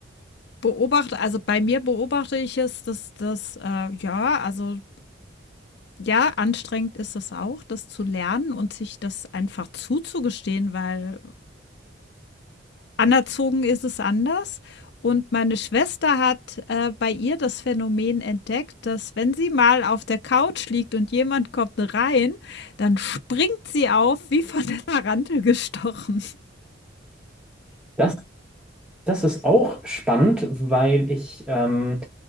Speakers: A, on the left; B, in the centre.
A: beobachte, also bei mir beobachte ich es, dass das, äh, ja, also ja, anstrengend ist es auch, das zu lernen und sich das einfach zuzugestehen, weil Anerzogen ist es anders. Und meine Schwester hat, äh, bei ihr das Phänomen entdeckt, dass wenn sie mal auf der Couch liegt und jemand kommt rein, dann springt sie auf wie von der Tarantel gestochen.
B: Das, das ist auch spannend, weil ich ähm,